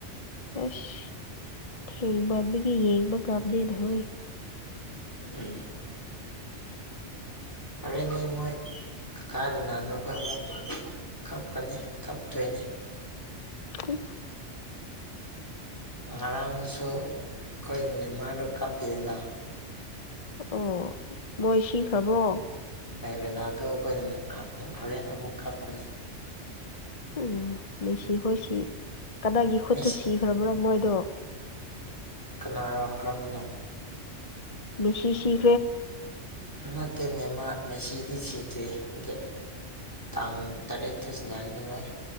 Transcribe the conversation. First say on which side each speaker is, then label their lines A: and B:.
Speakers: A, on the left; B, on the left.
A: ꯑꯁ ꯊꯦꯡꯕꯥꯒꯤ ꯌꯦꯡꯕ ꯉꯥꯝꯗꯦꯅ ꯍꯣꯏ
B: ꯎꯝ ꯑꯔꯦꯟꯅꯦ ꯃꯣꯏ ꯀꯀꯥꯔꯅꯥꯗ ꯑꯩꯈꯣꯏ ꯑꯃꯨꯛ ꯀꯞꯀꯅꯤ ꯀꯞꯇꯣꯏꯅꯤ
A: ꯎꯝ
B: ꯉꯔꯥꯡꯁꯨ ꯑꯩꯈꯣꯏ ꯅꯦꯃꯥꯟꯗꯨ ꯀꯥꯞꯄꯤꯗꯅ
A: ꯑꯣ ꯃꯣꯏ ꯁꯤꯈ꯭ꯔꯕ꯭ꯔꯣ
B: ꯔꯦꯅꯥꯜꯗꯣ ꯑꯩꯈꯣꯏꯅ ꯍꯣꯔꯦꯟ ꯑꯃꯨꯛ ꯀꯥꯞꯀꯅꯤ
A: ꯎꯝ ꯃꯦꯁꯤꯈꯣꯏꯁꯤ ꯀꯗꯥꯏꯒꯤ ꯈꯨꯠꯇ
B: ꯃꯤꯁ
A: ꯁꯤꯈ꯭ꯔꯕꯅꯣ ꯃꯣꯏꯗꯣ
B: ꯀꯅꯥꯅꯣ ꯀꯔꯝꯕꯅꯣ
A: ꯃꯤꯁꯤꯁꯤ
B: ꯃꯥ ꯇ ꯅꯦꯃ ꯃꯁꯤꯗꯤ ꯁꯤ ꯗꯦꯠ ꯇꯥꯡ ꯇꯔꯦꯠꯇꯁꯨ ꯅꯤꯉꯔꯦ